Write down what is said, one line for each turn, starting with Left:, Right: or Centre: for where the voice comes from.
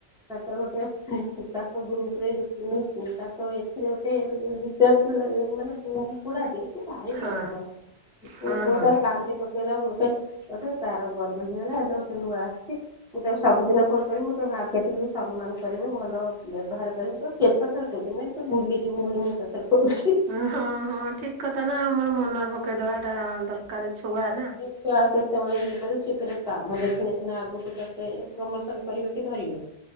Centre: ତାଙ୍କର ଗୋଟେ ତାଙ୍କ ଗ୍ରୁପ ରେ ତା ଏଥିରେ ଗୋଟେ ସେଥଲାଗି ମାନେ ବୁଢ଼ାଟେ ସେ ଭାରି
Right: ହଁ
Centre: ବଦମାସ। ମୋ
Right: ହଁ
Centre: ପୁଅ
Right: ହଁ
Centre: ତାର କାନ୍ଦି ପକେଇଲା ମୁଁ ଗୋଟେ ତାର ବଦ ମାସି ହେଲା ହେଠୁ ଗୋଟେ ନୂଆ ଆସିଛି ମୁଁ ତାକୁ ସବୁଦିନ ଫୋନ କରିବି ମୁଁ ତମ ଆଗେ ଟିକେ ସମ୍ମାନ କରିବୁ ଭଲ ବ୍ୟବହାର କରିବୁ। କେତେଥର କହୁଛି ତୁ ଭୁଲି ଯିବୁ ବୋଲି ମୁଁ ତତେ କହୁଛି।
Right: ଉ ହଁ ହଁ ଠିକ କଥା ନା ଆମର ମନରେ ପକେଇଦବାଟା ଦରକାର ଛୁଆ ନା।
Centre: କି କେତେବେଳେ ଇଏ କରିବ ସିଏ କରିବ କାମ ଦେଖିନେ ସିନା ଆଗକୁ ତତେ ପ୍ରମୋସନ କରିବେ କି ଧରିବେ।